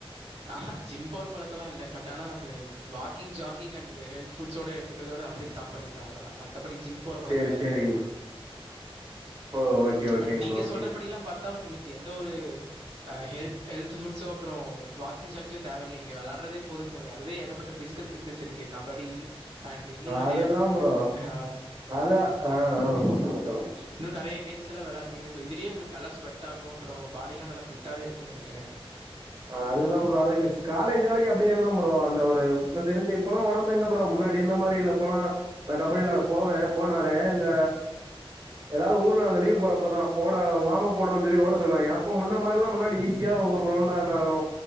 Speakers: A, on the right (about 80°); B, on the right (about 40°).
A: ஆஹா ஜிம் போர பழக்கலா இல்ல பட் ஆனா அது வாக்கிங் ஜாகிங் அண்ட் இந்த ஹெல்த் ஃபுட்ஸோட எடுத்துக்கிறதோட அப்டி ஸ்டாப் பண்ணிப்பே அவ்ளோதா மத்தபடி ஜிம் போற பழக்கலா
B: சேரி சேரிங்க
A: இல்ல
B: ப்ரோ ஓ ஓகே ஓகேங்க
A: பட் நீங்க
B: ப்ரோ ஓகேங்க
A: சொல்றபடிலா
B: ப்ரோ
A: பாத்தா உங்களுக் எந்த ஒரு ஹெல்த் ஹெல்த் ஃபுட்ஸோ அப்றோ வாக்கிங் ஜாக்கியோ தேவல்லயே நீங்க வெள்ளாட்றதே போதும் போலயே அதுவே ஏகப்பட்ட ஃபிசிக்கல் ஃபிட்னஸ் இருக்கே கபடி அண்ட் இன்னு நறைய
B: அதுதா ப்ரோ
A: அ
B: அது ஆ ஆ சொல்லுங்க சொல்லுங்க
A: இன்னு நறைய கேம்ஸ்லா வெளையாட்றீங்கோ ஸோ இதுலயே உங்களுக்கு நல்லா ஸ்வெட் ஆகு அப்றோ பாடிலா நல்லா ஃபிட்டாவே இருக்குன்னு நெனைக்கிறே
B: அ அதுதா ப்ரோ அதுக்கு காலேஜ் வரைக்கு அப்டியே இருந்தே ப்ரோ அந்த ஒரு இப்ப செரிஞ்சு இப்பல்லா ஒடம்பு எங்க ப்ரோ முன்னாடி இந்த மாரி இல்ல இப்பல்லா கபடியிவெலாட போவே போனாலே இந்த அ ஏதாது ஊரில அந்த லீவு போறப்பதா ஓட வாமப் போடுன்னு சொல்லி ஓட சொன்னாங் ய்யா அப்போ முன்ன மார்லா முன்னாடி ஈஸியா ஒரு ரவுண்டா நா ஒ